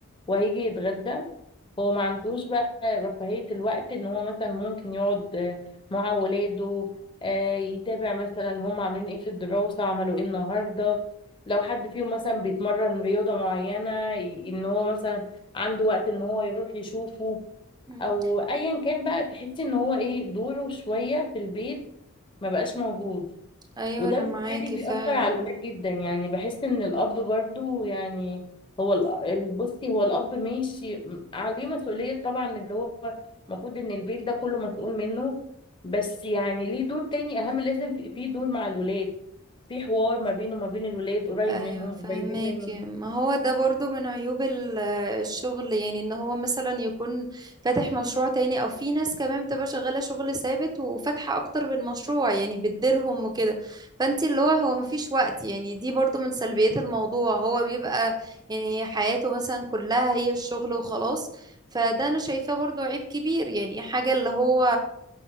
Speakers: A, on the left; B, on the right.
A: وهيجي يتغدى هو ما عندوش بقى رفاهية الوقت ان هو مثلا ممكن يقعد آه، مع ولاده آه، يتابع مثلا هم عاملين ايه في الدراسة عملوا ايه النهاردة لو حد فيهم مثلا بيتمرن رياضة معينة ي- ان هو مثلا عنده وقت ان هو يروح يشوفه
B: مم.
A: او ايا كان بقى تحسي ان هو ايه دوره شوية في البيت ما بقاش موجود
B: أيوة
A: وده
B: أنا
A: بالتالي
B: معاكي
A: بيأثر
B: فعلا
A: على الولاد جدا يعني بحس ان الاب برضو يعني هو ال- ال- بصي هو الاب ماشي م- عليه مسؤولية طبعا اللي هو المفروض ان البيت ده كله مسؤول منه بس يعني ليه دور تاني اهم لازم في في دور مع الولاد في حوار ما بينه وما بين الولاد قريب
B: ايوه
A: منهم
B: فهماكي
A: قريبين منه
B: ما هو ده برضو من عيوب ال- الشغل يعني ان هو مثلا يكون فاتح مشروع تاني او في ناس كمان بتبقى شغالة شغل ثابت وفاتحة اكتر من مشروع يعني بتديرهم وكده فانت اللي هو هو مفيش وقت يعني دي برضو من سلبيات الموضوع هو بيبقى يعني حياته مثلا كلها هي الشغل وخلاص فده انا شايفاه برضو عيب كبير يعني حاجة اللي هو